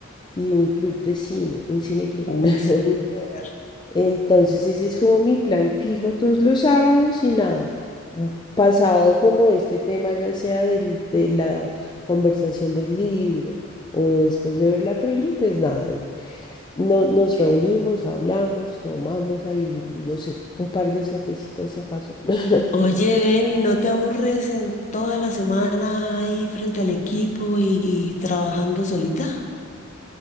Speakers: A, on the left; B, on the left.
A: y un club de cine, un cineclub.
B: Uy,
A: <laughs>
B: súper.
A: Entonces, ese es como mi plan fijo todos los sábados y nada. mm, Pasado como este tema, ya sea del- de la conversación del libro o después de ver la peli, pues nada, ahí. No, nos reunimos, hablamos, tomamos ahí, no sé, un par de cervecitas si acaso. <laughs>
B: Oye, ven y no te aburres en toda la semana ahí frente al equipo y trabajando solita.